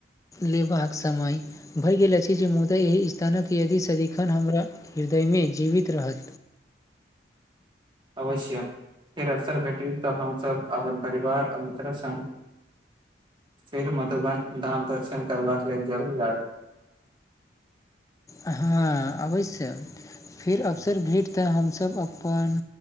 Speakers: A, on the left; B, on the right.
A: लेबाक समय। भऽ गेल अछि जे मुदा एहि स्थानक यादि सदिखन हमरा हृदयमे जीवित रहत।
B: अवश्य, फेर अवसर भेटल तऽ हमहूँ अपन परिवार आ मित्रसंग। फेर मधुबन धामक दर्शन करबाक लेल जरूर आब।
A: हँ, अबैसँ फेर अवसर भेटतऽ हमसभ अपन।